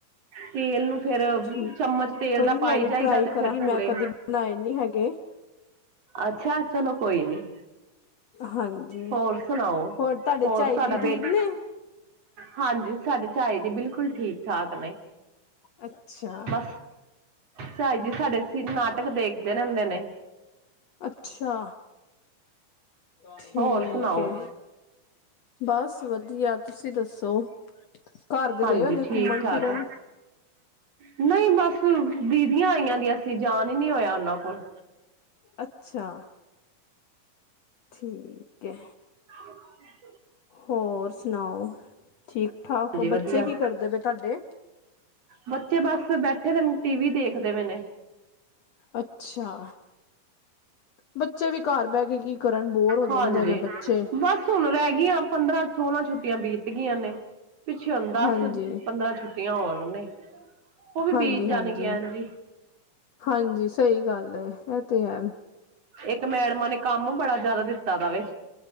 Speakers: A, on the right (about 50°); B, on the left (about 60°).
A: ਤੇਲ ਨੂੰ ਫੇਰ
B: ਠੀਕ
A: ਚਮਚ ਤੇਲ
B: ਕੋਈ
A: ਦਾ
B: ਨੀ
A: ਪਾਈ
B: ਮੈਂ ਵੀ
A: ਚਾਹੀਦਾ
B: ਟਰਾਈ
A: ਤੇ
B: ਕਰਾਂਗੀ
A: ਫੇਰ ਭੂੜੇ
B: ਮੈਂ ਕਦੇ ਬਣਾਏ ਨੀ ਹੈਗੇ
A: ਅੱਛਾ ਚਲੋ ਕੋਈ ਨੀ
B: ਹਾਂਜੀ
A: ਹੋਰ ਸੁਣਾਓ
B: ਤੁਹਾਡੇ
A: ਹੋਰ
B: ਝਾਈ
A: ਤੁਹਾਡਾ
B: ਜੀ ਠੀਕ
A: ਬੇਟਾ
B: ਨੇ
A: ਹਾਂਜੀ ਸਾਡੇ ਭਾਈ ਦੀ ਬਿਲਕੁਲ ਠੀਕ ਠਾਕ ਨੇ
B: ਅੱਛਾ
A: ਬਸ ਸ ਜੀ ਸਾਡੇ ਨਾਟਕ ਦੇਖਦੇ ਰਹਿੰਦੇ ਨੇ
B: ਅੱਛਾ ਠੀਕ
A: ਹੋਰ ਸੁਣਾਓ
B: ਹੈ ਬਸ ਬ ਵਧੀਆ ਤੁਸੀਂ ਦੱਸੋ ਘਰ ਦੇ
A: ਹਾਂਜੀ
B: ਗਏ ਹੋਦੇ
A: ਠੀਕ
B: ਘੁੰਮਣ
A: ਠਾਕ
B: ਫਿਰਨ
A: ਆ ਨਹੀਂ ਬਸ ਦੀਦੀਆਂ ਆਈਆਂ ਦੀਆਂ ਅਸੀਂ ਜਾਣ ਹੀ ਨਹੀਂੀ ਹੋਇਆ ਉਹਨਾਂ ਕੋਲ
B: ਅੱਛਾ ਠੀਕ ਹੈ
A: <inaudible>
B: ਹੋਰ ਸੁਣਾਓ ਠੀਕ ਠਾਕ
A: ਹਾਂਜੀ
B: ਹੋ
A: ਵਧੀਆ
B: ਬੱਚੇ ਕੀ ਕਰਦੇ ਪਏ ਤੁਹਾਡੇ
A: ਬੱਚੇ ਬਸ ਬੈਠੇ ਤਨ ਟੀ ਵੀ ਦੇਖਦੇ ਮਨ
B: ਅੱਛਾ ਬੱਚੇ ਵੀ ਘਰ ਬਹਿ ਕੇ ਕੀ ਕਰਨ ਬੋਰ ਹੋ
A: ਹਾਂਜੀ
B: ਜਾਂਦੇ ਨੇ ਬੱਚੇ
A: ਬਸ ਹੁਣ ਰਹਿ ਗਈਆਂ ਪੰਦਰਾਂ ਸੋਲਾਂ ਛੁੱਤੀ ਛੁੱਟੀਆਂ ਬੀਤ ਗਈਆਂ ਨੇ ਪਿੱਛੇ ਹੁੰ ਦਸ
B: ਹਾਂਜੀ
A: ਪੰਦਰਾਂ ਛੁੱਟੀ ਕਿ ਆਵਾ ਰ ਨੇ ਉਹ ਵੀ
B: ਹਾਂਜੀ
A: ਬੀਤ ਜਾਣਗੀਆਂ
B: ਹਾਂਜੀ
A: ਜੀ।
B: ਹਾਂਜੀ ਸਹੀ ਗੱਲ ਹੈ ਇਹ ਤੇ ਹੈ
A: ਇੱਕ ਮੈਡਮਾਂ ਨੇ ਕੰਮ ਬੜਾ ਜਿਆਦਾ ਦਿੱਤਾ ਦਾ ਵ